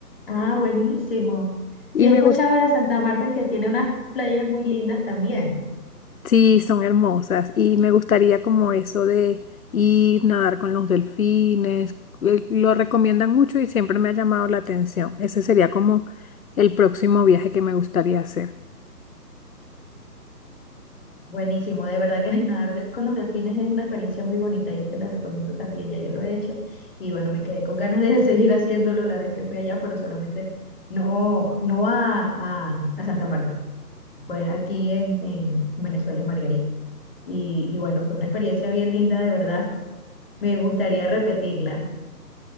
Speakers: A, on the left; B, on the left.
A: Ah, buenísimo. Sí,
B: Y
A: he
B: me
A: escuchado
B: gusta,
A: de Santa Marta que tiene unas playas muy lindas también.
B: sí, son hermosas. Y me gustaría como eso de ir, nadar con los delfines. eh, Lo recomiendan mucho y siempre me ha llamado la atención. Ese sería como el próximo viaje que me gustaría hacer.
A: Buenísimo, de verdad que <laughs> nadar de- con los delfines es una experiencia muy bonita, yo te la recomiendo también, ya yo lo he hecho y bueno, me quedé con ganas de <laughs> seguir haciéndolo la vez que fui allá, pero solamente no, no a, a, a Santa Marta, fue aquí en, en Venezuela, en Margarita. Y, y bueno, fue una experiencia bien linda, de verdad, me gustaría repetirla.